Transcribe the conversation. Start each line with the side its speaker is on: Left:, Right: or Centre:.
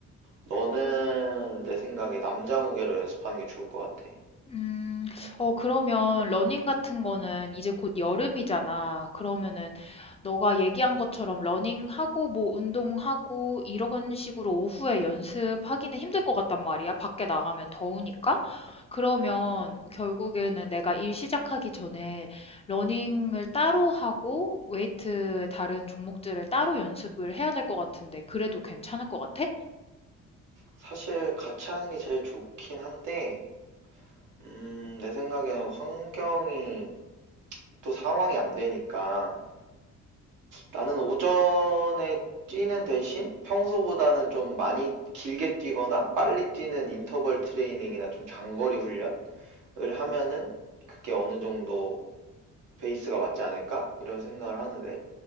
Right: 너는 내 생각에 남자 무게로 연습하는 게 좋을 것 같아.
Left: 음, 어, 그러면 러닝 같은 거는 이제 곧 여름이잖아. 그러면은 너가 얘기한 것처럼 러닝하고 뭐 운동하고 이런 식으로 오후에 연습하기는 힘들 것 같단 말이야. 밖에 나가면 더우니까. 그러면
Right: 음,
Left: 결국에는 내가 일 시작하기 전에 러닝을 따로 하고 웨이트 다른 종목들을 따로 연습을 해야 될 것 같은데 그래도 괜찮을 것 같아?
Right: 사실 같이 하는 게 제일 좋긴 한데, 음, 내 생각에는 환경이 또 상황이 안 되니까 나는 오전에 뛰는 대신 평소보다는 좀 많이 길게 뛰거나 빨리 뛰는 인터벌 트레이닝이나 좀 장거리 훈련을 하면은 그게 어느 정도 베이스가 맞지 않을까? 이런 생각을 하는데.